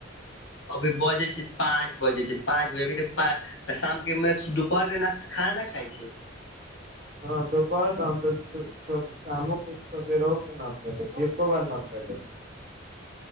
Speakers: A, on the left; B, on the right.
A: अभी बजे छै पाँच बजे छै पाँच बजे अभी ते शाम के मने दुपहर मे खाना ने खाइ छै
B: हँ तोप काम त <unintelligible> सामुक उसके <unintelligible> रहू कि न खैले छै एको बर न खैले छै